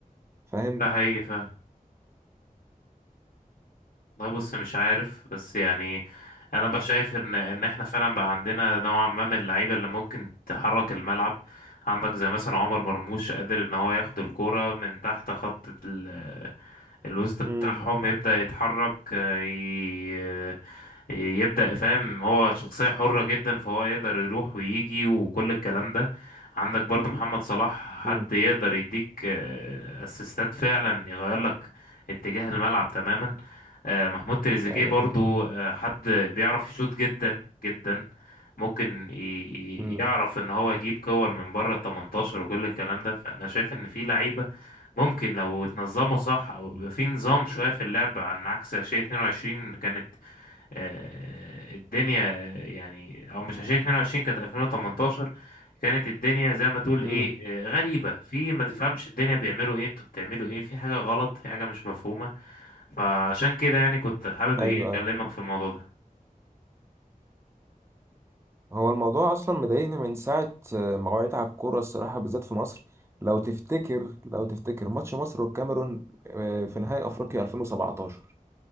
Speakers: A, on the right (about 20°); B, on the left (about 80°).
A: فاهم
B: ده حقيقي فعلا والله بص مش عارف بس يعني انا بقى شايف ان ان احنا فعلا بقى عندنا نوعا ما من اللعيبه اللي ممكن تحرك الملعب عندك زي مثلا عمر مرموش قادر ان هو ياخد الكوره من تحت خط ال- الوسط بتاعهم
A: امم
B: يبدا يتحرك آه، يبدأ فاهم هو شخصية حرة جدا فهو يقدر يروح ويجي وكل الكلام ده عندك برضو محمد صلاح حد
A: امم
B: يقدر يديك آه، اسيستات فعلا يغير لك اتجاه الملعب تماما آه، محمود تريزيجيه
A: ايوه
B: برضو آه، حد بيعرف يشوط جدا جدا ممكن ي- ي-
A: امم
B: يعرف ان هو يجيب كور من بره ال 18 وكل الكلام ده فانا شايف ان في لعيبة ممكن لو اتنظموا صح او يبقى في نظام شوية في اللعب عن عكس 2022 كانت آه، الدنيا يعني او مش 2022 كانت 2018 كانت الدنيا زي ما تقول ايه
A: امم
B: آه، غريبة في ما تفهمش الدنيا بيعملوا ايه انتوا بتعملوا ايه في حاجة غلط في حاجة مش مفهومة فعشان كده يعني كنت حابب ايه
A: ايوه
B: اكلمك في الموضوع ده
A: هو الموضوع اصلا مضايقني من ساعه آه، ما وعيت على الكوره الصراحه بالذات في مصر لو تفتكر لو تفتكر ماتش مصر والكاميرون آه، في نهائي افريقيا 2017